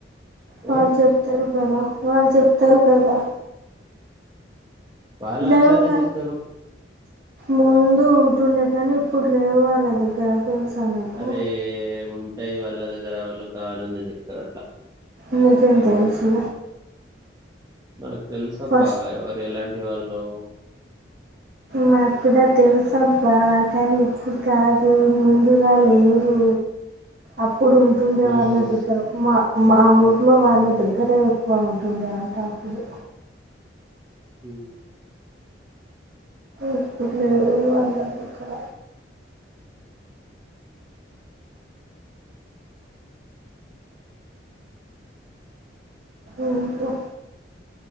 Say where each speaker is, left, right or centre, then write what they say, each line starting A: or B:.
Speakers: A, on the right; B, on the right.
A: వాళ్ళు
B: ఆ!
A: చెప్తారు కదా వాళ్ళు చెప్తారు కదా
B: వాళ్ళట్లానే
A: లేవని
B: జెప్తారు.
A: ముందు ఉంటుండే కానీ ఇప్పుడు లేవు వాళ్ళ దగ్గర తెలుసా నీకు
B: అరే ఉంటాయి వాళ్ళ దగ్గర వాళ్ళు కావాలని చెప్తారు అట్లా
A: నీకేం తెలుసు
B: నాకు తెలుస అబ్బా
A: ఫస్ట్
B: ఎవరు ఎలాంటి వాళ్ళో
A: మాకు కూడా తెలుసబ్బా కానీ ఇప్పుడు కాదు ముందులా లేరూ అప్పుడు ఉంటుండే
B: ఉమ్
A: వాళ్ళ దగ్గర మా మా ఊర్లో వాళ్ళ దగ్గరే క్కువ ఉంటుండే అంటే అప్పుడు
B: హ్మ్
A: ఇప్పు లే వాళ్ళ దగ్గర ఇంకా